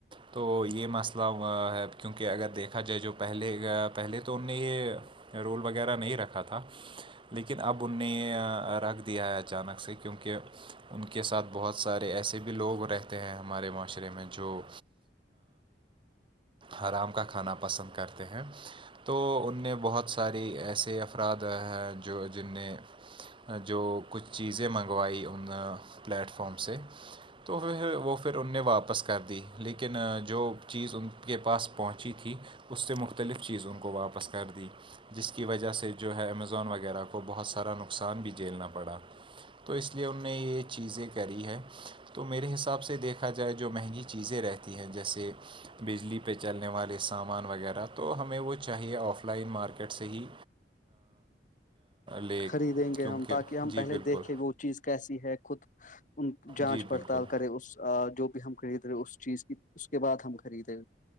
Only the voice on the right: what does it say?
تو یہ مسئلہ ہے کیونکہ اگر دیکھا جائے جو پہلے پہلے تو ان نے یہ رول وغیرہ نہیں رکھا تھا لیکن اب انہوں نے رکھ دیا ہے اچانک سے کیونکہ ان کے ساتھ بہت سارے ایسے بھی لوگ رہتے ہیں ہمارے معاشرے میں جو حرام کا کھانا پسند کرتے ہیں تو انہوں نے بہت ساری ایسے افراد ہیں جو جن نے جو کچھ چیزیں منگوائی ان پلیٹ فارم سے تو پھر وہ پھر ان نے واپس کر دی لیکن جو چیز ان کے پاس پہنچی تھی اس سے مختلف چیز ان کو واپس کر دی جس کی وجہ سے جو ہے امیزون وغیرہ کو بہت سارا نقصان بھی جھیلنا پڑا تو اس لیے انہوں نے یہ چیزیں کری ہے تو میرے حساب سے دیکھا جائے جو مہنگی چیزیں رہتی ہیں جیسے بجلی پہ چلنے والے سامان وغیرہ تو ہمیں وہ چاہیے آف لائن مارکیٹ سے ہی لے
کیونکہ
جی
بالکل
جی
بالکل